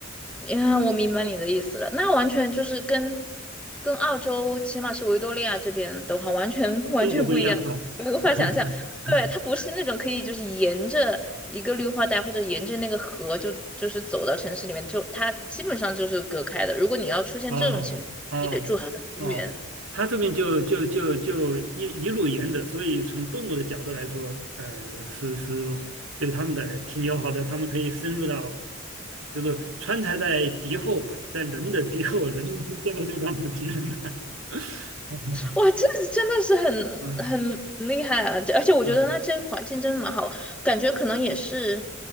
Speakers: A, in the centre; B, on the right (about 75°).
A: 你看，我明白你的意思了。那完全就是跟跟澳洲，起码是维多利亚这边的话，完全完全不一样，
B: 中国不一样哈。
A: <laughs> 我无法想象。
B: <laughs>
A: 对，它不是那种可以就是沿着一个绿化带或者沿着那个河就就是走到城市里面，就它基本上就是隔开的。如果你要出现这种情况，
B: 哦哦哦，
A: 你得住很远。
B: 他这边就就就就一一路沿着，所以从动物的角度来说，呃，是是对他们的挺友好的，他们可以深入到，就是川菜在敌后吧，在人的敌后，人 <laughs> 现在就是他们的敌人了。<laughs>
A: 哇，这真的是很很厉害啊！
B: 嗯
A: 这而且我觉得那这环境真的蛮好。
B: 嗯
A: 感觉可能也是